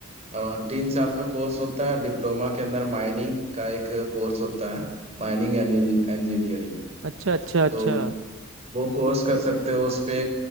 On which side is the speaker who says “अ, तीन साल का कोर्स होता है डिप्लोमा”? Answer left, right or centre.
Right